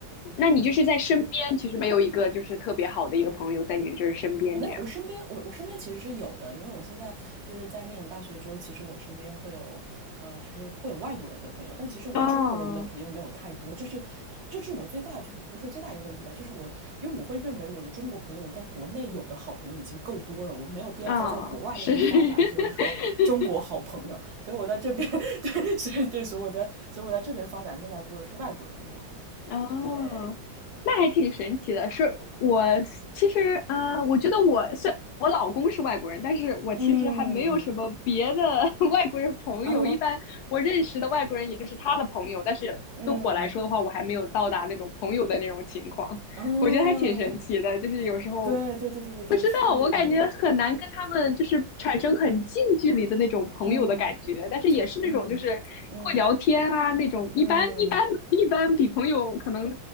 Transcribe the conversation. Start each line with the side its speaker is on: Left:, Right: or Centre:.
Left: 那你就是在身边，其实没有一个就是特别好的一个朋友在你就是身边这样。
Right: 没有，我身边我我身边其实是有的，因为我现在就是在念了大学之后，其实我身边会有呃，就是会有外国人的朋友，但其实我中国人的朋友没有太多，
Left: 哦
Right: 就是这是我最大就是不是说最大一个问题吧，就是我因为我会认为我的中国朋友，我在国内有的好朋友已经够多了，我没有必要再在国外再去发展，
Left: 哦，是，<laughs>
Right: 就是说中国好朋友，所以我在这边 <laughs> 对，所以对，所以我在所以我在这边发展更加多的是外国人的友谊，
Left: 哦，
Right: 对，
Left: 那还挺神奇的。是我其实，呃，我觉得我虽我老公是外国人，但是我其实还没有什么别的
Right: 嗯
Left: <laughs> 外国人朋友。
Right: 啊，
Left: 一般我认识的外国人也就是他的朋友，但是对我来说的话，
Right: 嗯。
Left: 我还没有到达那种朋友的那种情况。
Right: 嗯，
Left: 我觉得还挺神奇的，就是有时候
Right: 对对对对对对，
Left: 不知道，
Right: 是，
Left: 我感觉很难跟他们就是产生很近距离的那种朋友的感觉，
Right: 嗯，
Left: 但是也是那种就是会聊天啊那种，
Right: 就嗯嗯嗯，
Left: 一般一般一般比朋友可能